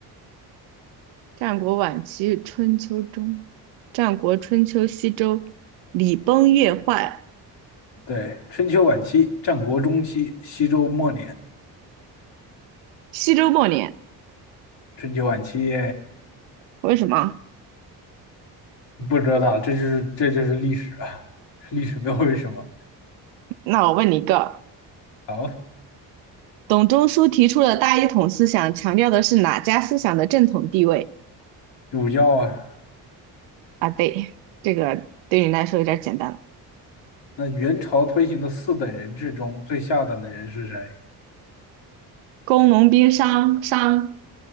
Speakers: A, on the right (about 80°); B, on the left (about 65°).
A: 战国晚期，春秋中，战国春秋西周，礼崩乐坏，
B: 对，春秋晚期、战国中期、西周末年、
A: 西周末年，
B: 春秋晚期，
A: 为什么？
B: 不知道，这就是这就是历史啊，历史没有为什么。
A: 那我问你一个。
B: 好，
A: 董仲舒提出了大一统思想，强调的是哪家思想的正统地位
B: 主要啊，
A: 啊？对，这个对你来说有点简单了。
B: 那元朝推行的四等人制中最下等的人是谁？
A: 工农兵商商